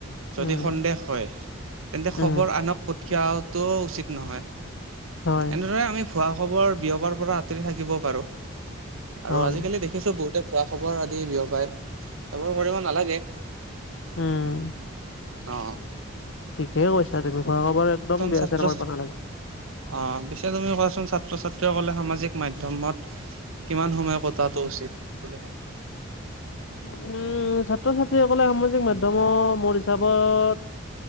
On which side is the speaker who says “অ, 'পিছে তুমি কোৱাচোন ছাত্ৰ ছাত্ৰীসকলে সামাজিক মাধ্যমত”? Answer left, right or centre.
Right